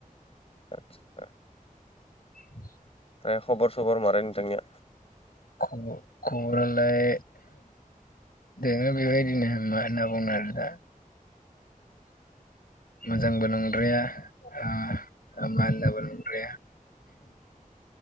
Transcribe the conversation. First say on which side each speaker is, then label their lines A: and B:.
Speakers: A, on the left (about 45°); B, on the left (about 90°).
A: आतचा
B: <inaudible>
A: ओमफ्राय खबर सबर मारै नोंथांनिया?
B: खब खबरालाय दोङो बेबायदिनो मा होनना बुंगोन आरो दा। मोजांबो नं द्राया आ मानला बो नंद्राया